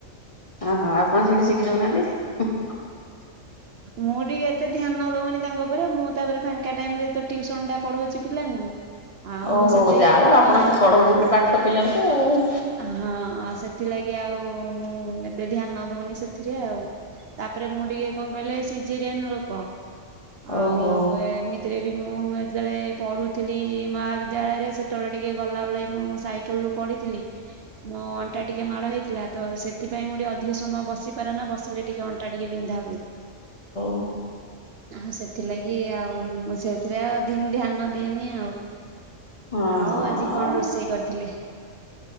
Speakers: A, on the left; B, on the right.
A: ଓହୋ ଆପଣ ସେଠି ଶିଖି ଯାଉନାହାନ୍ତି।
B: ମୁଁ ଟିକେ ଏତେ ଧ୍ୟାନ ଦଉନି ତାଙ୍କ ଉପରେ ମୁଁ ତାପରେ ଫାଙ୍କା ଟାଇମ ରେ ତ ଟିଉସନ ଟା ପଢାଉଛି ପିଲାଙ୍କୁ। ଆଉ ମୁଁ
A: ଓହୋ
B: ସେତେ
A: ଯାାଉ
B: ଇଏ କରିନି
A: ଆପଣ
B: ଆଉ।
A: ତ ପଢଉଛନ୍ତି ପାଠ ପିଲାଙ୍କୁ ଆଉ।
B: ହଁ ସେଥିଲାଗି ଆଉ ମୁଁ ଏତେ ଧ୍ୟାନ ଦଉନି ସେଥିରେ ଆଉ। ତାପରେ ମୁଁ ଟିକେ କଣ କହିଲେ ସିଜିରିଆନ ଲୋକ
A: ଓହୋ
B: ଆଉ ଏ ରାଥିରେ ବି ମୁଁ ଯେତେବେଳେ ପଢ଼ୁଥିଲି ମହାବିଦ୍ୟାଳୟରେ ସେତେବେଳେ ଟିକେ ଗଲାବେଳେ ମୁଁ ସାଇକେଲରୁ ପଡି ଥିଲି ମୋ ଅଣ୍ଟା ଟିକେ ମାଡ଼ ହେଇଥିଲା ତ ସେଥିପାଇଁ ମୁଁ ଟିକେ ଅଧିକ ସମୟ ବସି ପାରେନା ବସିଲେ ଟିକେ ଅ ଣ୍ଟା ଟିକେ ବିନ୍ଧା ହୁଏ।
A: ଓଃ।
B: ଆଉ ସେଥିଲାଗି ଆଉ ମୁଁ ସେଥିରେ ଆଉ ଦିନ ଧ୍ୟାନ ଦିଏନି ଆଉ।
A: ହଁ
B: ଆଉ ଆଜି
A: ଆଉ
B: କଣ ରୋଷେଇ କରିଥିଲେ?